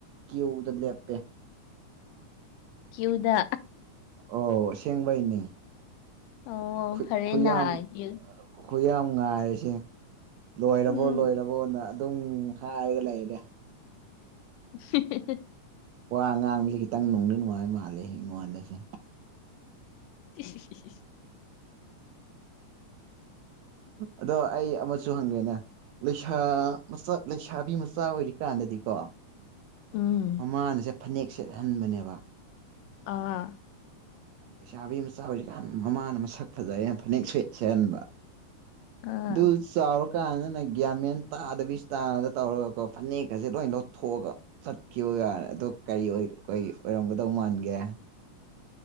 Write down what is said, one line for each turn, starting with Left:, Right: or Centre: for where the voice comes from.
Right: ꯀꯤꯎꯗ ꯂꯦꯞꯄꯦ
Left: ꯀ꯭ꯌꯨꯗ
Right: ꯑꯣ ꯁꯦꯡꯕꯩꯅꯤ
Left: ꯑꯣ
Right: ꯈꯨꯠ
Left: ꯐꯔꯦꯅ
Right: ꯈꯨꯌꯥꯝ
Left: ꯀ꯭ꯌꯨ
Right: ꯈꯨꯌꯥꯝ ꯉꯥꯏꯔꯤꯁꯦ ꯂꯣꯏꯔꯕꯣ
Left: ꯎꯝ
Right: ꯂꯣꯏꯔꯕ ꯍꯣꯟꯅ ꯑꯗꯨꯝ ꯍꯥꯏꯔꯒ ꯂꯩꯔꯦ
Left: <unintelligible>
Right: ꯋꯥ ꯉꯥꯡꯕꯁꯦ ꯈꯤꯇꯪ ꯅꯨꯡꯗꯤ ꯅꯨꯡꯉꯥꯏ ꯃꯥꯜꯂꯦ ꯑꯩꯉꯣꯟꯗꯁꯦ
Left: ꯏꯁ ꯏꯁ ꯏꯁ ꯏꯁ
Right: ꯑꯗꯣ ꯑꯩ ꯑꯃꯁꯨ ꯍꯪꯒꯦꯅꯦ ꯂꯩꯁꯥ ꯃꯆꯥ ꯂꯩꯁꯥꯕꯤ ꯃꯆꯥ ꯑꯣꯏꯔꯤꯀꯥꯟꯗꯗꯤꯀꯣ
Left: ꯎꯝ
Right: ꯃꯃꯥꯅꯁꯦ ꯐꯅꯦꯛ ꯁꯦꯠꯍꯟꯕꯅꯦꯕ
Left: ꯑꯥ
Right: ꯄꯩꯁꯥꯕꯤ ꯑꯃꯆꯥꯖꯤꯀꯥꯟ ꯃꯃꯥꯅ ꯃꯁꯛ ꯐꯖꯩꯌꯦꯟ ꯐꯅꯦꯛ ꯁꯦꯠ ꯁꯦꯍꯟꯕ
Left: ꯑꯥ
Right: ꯑꯗꯨ ꯆꯥꯎꯔꯛ ꯀꯥꯟꯗꯅ ꯒ꯭ꯌꯥꯃꯦꯟ ꯇꯥꯗꯕꯤ ꯏꯁꯇꯥꯏꯜꯗ ꯇꯧꯔꯒꯀꯣ ꯐꯅꯦꯛꯀꯁꯦ ꯂꯣꯏ ꯂꯧꯊꯣꯛꯑꯒ ꯆꯠꯈꯤꯕꯒꯟ ꯑꯗꯣ ꯀꯔꯤ ꯑꯣꯏ ꯀꯔꯤ ꯑꯣꯏꯔꯝꯒꯗꯧ ꯃꯥꯟꯒꯦ